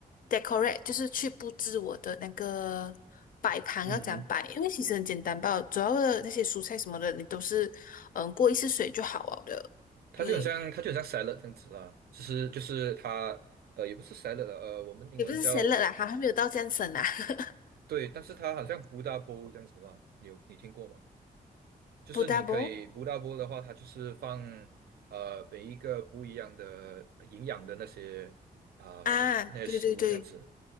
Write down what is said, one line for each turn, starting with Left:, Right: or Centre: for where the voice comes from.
Left: decorate，就是去布置我的那个摆盘要怎样摆，
Right: 嗯哼，
Left: 因为其实很简单吧，主要的那些蔬菜什么的，你都是嗯过一次水就好了的。
Right: 它就很像它就很像
Left: 对，
Right: salad 这样子啦，其实就是它呃也不是 salad 了，呃，我们英文叫
Left: 也不是 s a 啦，还还没有到这样省啊。<laughs>
Right: 对，但是它好像 Buddha b o w 这样子啦，你有你听过吗？就是你可以不大波的话，
Left: 不 d o u b e
Right: 它就是放呃每一个不一样的营养的那些啊、
Left: 啊，
Right: 那些食物这样子，
Left: 对对对。